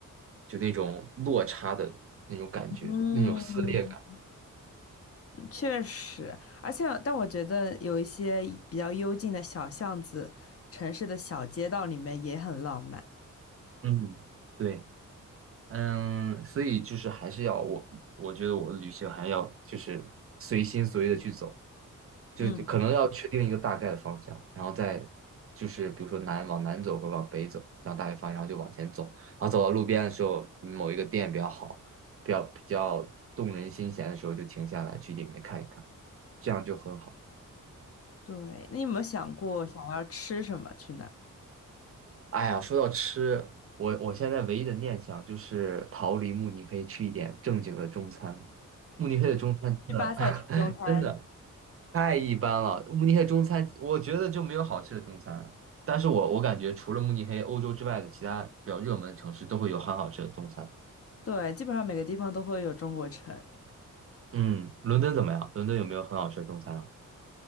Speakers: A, on the right; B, on the left.
A: 就那种落差的那种感觉，
B: 嗯，
A: 那种撕裂感。
B: <laughs> 确实，而且但我觉得有一些比较幽静的小巷子、城市的小街道里面也很浪漫。
A: 嗯，对。嗯，所以就是还是要我，我觉得我的旅行还要就是随心所欲的去走，就是可能要确定一个大概的方向，
B: 嗯。
A: 然后再就是比如说南往南走或者往北走，这样大概方向，然后就往前走，然后走到路边的时候，某一个店比较好，比较比较动人心弦的时候就停下来去里面看一看，这样就很好。
B: 对，那你有没有想过想要吃什么？去哪儿？
A: 哎呀，说到吃，我我现在唯一的念想就是逃离慕尼黑，吃一点正经的中餐。慕尼黑的中餐真的
B: 去巴塞吃中餐？
A: <laughs> 真的太一般了，慕尼黑中餐我觉得就没有好吃的中餐。但是我我感觉除了慕尼黑，欧洲之外的其他比较热门的城市都会有很好吃的中餐。
B: 对，基本上每个地方都会有中国城。
A: 嗯，伦敦怎么样？伦敦有没有很好吃的中餐啊？